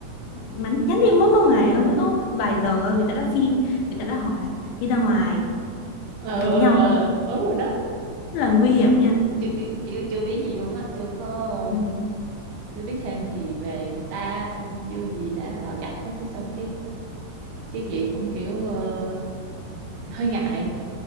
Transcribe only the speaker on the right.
ừ
ừ
ừ đúng rồi đó
chưa kiểu chưa chưa biết gì luôn á chưa có
um, chưa biết thêm gì về người ta xong chưa gì đã là gặp hết cái xong cái cái chị cũng kiểu ờ, <laughs> hơi ngại